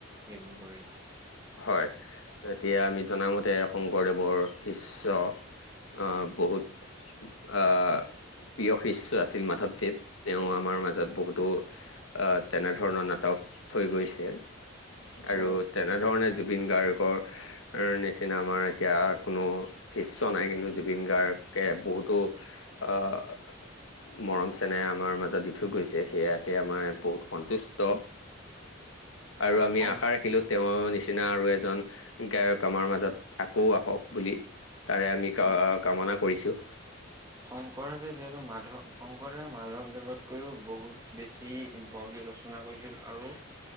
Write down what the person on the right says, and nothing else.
এইবোৰ কৰি।
হয়
হয়
শং
হয়
শংকৰদেৱে যিহেতু মাধৱ শংকৰদেৱে মাধৱদেৱতকৈও বহুত বেছি যি বৰগীত ৰচনা কৰিছিল, আৰু